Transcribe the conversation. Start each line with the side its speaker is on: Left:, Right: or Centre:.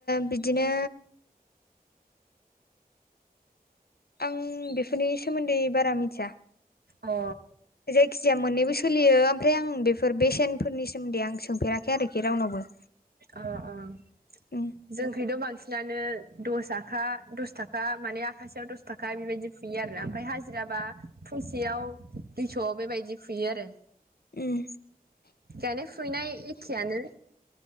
Left: बिदिनो आं बेफोरनि सोमोन्दै बारा मिथिया।
Right: आ।
Left: जायखिजाया मोन्नैबो सोलियो ओमफ्राय आं बेफोर बेसेनफोरनि सोमोन्दै आं सोंफेराखै आरोखि रावनावबो।
Right: अ' अ'।
Left: उम
Right: जोंखैथ' बांसिनानो दस आखा दस थाखा माने आखासेयाव दस थाखा बेबायदि फुयो आरोना, ओमफ्राय हाजिराबा फुंसेयाव दुइस' बेबायदि फुयो आरो।
Left: उम
Right: गायनाय फुनाय एखेयानो।